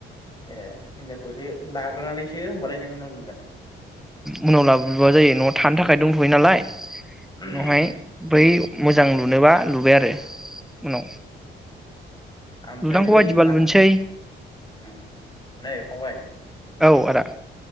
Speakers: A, on the left; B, in the centre.
A: ए हिनजावखौसो लाग्रोनानैसो होमबालाय नोङो न लुगोन
B: उनाव लाबोबा जायो नआव थानो थाखाय दंथयो नालाय उनावहाय
A: ए
B: बै मोजां लुनोबा लुबाय आरो उनाव।
A: आमफ्राय
B: लुनांगौ
A: बै
B: बादिबा
A: मा
B: लुनोसै
A: होनोमोनलाय उम नै फंबाय
B: औ आदा